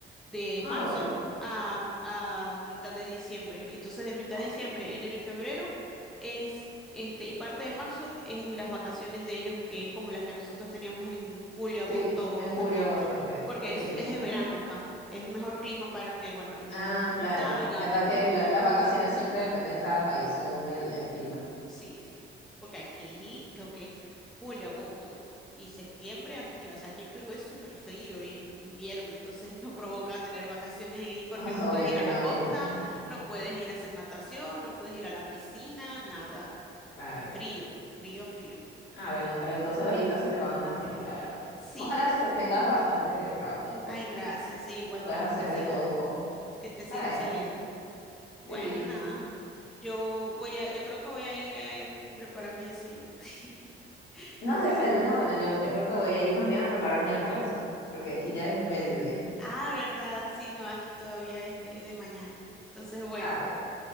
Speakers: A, in the centre; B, on the left.
A: de marzo
B: Ah, bueno.
A: a, a mitad de diciembre. Entonces, de mitad
B: Ah,
A: de diciembre,
B: bueno.
A: enero y febrero es este, y parte de marzo es las vacaciones de ellos, que es como las que nosotros teníamos en julio, agosto,
B: Sí, en
A: septiembre,
B: julio, agosto, ok.
A: porque
B: Qué
A: es,
B: curioso.
A: es el verano
B: Ujú.
A: acá. Es el mejor clima para que, bueno, los niños
B: Ah, claro,
A: salgan,
B: verdad
A: disfruten.
B: que la- las vacaciones siempre dependen de cada país según el, el clima.
A: Sí, sí, porque aquí lo que es julio, agosto y septiembre, hace que, o sea, aquí en Perú es súper frío y es invierno, entonces <laughs> no provoca tener vacaciones ahí porque
B: <laughs>
A: no puedes
B: Obvio
A: ir
B: que
A: a la
B: no,
A: costa,
B: clima. <laughs>
A: no puedes ir a hacer natación, no puedes ir a la piscina, nada.
B: Claro.
A: Es frío, frío, frío.
B: Ah, bueno, pero entonces ahorita se te van a matricular.
A: Sí,
B: Ojalá se tengas bastante trabajitos
A: ay,
B: y
A: gracias, sí, igual
B: puedas
A: tú
B: hacer
A: que te sigan,
B: de todo un poco.
A: que te sigan
B: Ay,
A: saliendo. Bueno,
B: sí.
A: nada. Yo voy a, yo creo que voy a ir a preparar mi desayuno. <laughs>
B: ¿No
A: porque
B: has desayunado? Bueno, yo, yo creo que voy a ir más bien a preparar mi almuerzo, porque aquí ya es el mediodía.
A: Ah, verdad, sí, no, aquí todavía es de, es de mañana. Entonces, bueno,
B: Ah, bueno.